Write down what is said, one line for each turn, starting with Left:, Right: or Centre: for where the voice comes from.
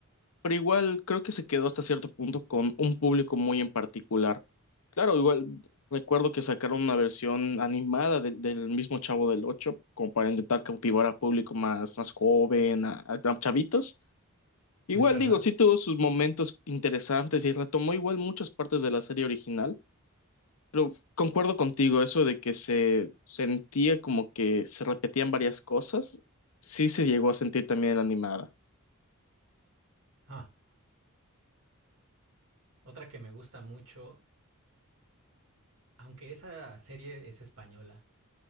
Left: Pero igual creo que se quedó hasta cierto punto con un público muy en particular. Claro, igual recuerdo que sacaron una versión animada de- del mismo Chavo del Ocho, como para intentar cautivar a público más, más joven, a, a- a chavitos. Igual
Right: Es verdad.
Left: digo, sí tuvo sus momentos interesantes y retomó igual muchas partes de la serie original, pero concuerdo contigo, eso de que se sentía como que se repetían varias cosas, sí se llegó a sentir también en la animada.
Right: Ah, otra que me gusta mucho aunque esa serie es española,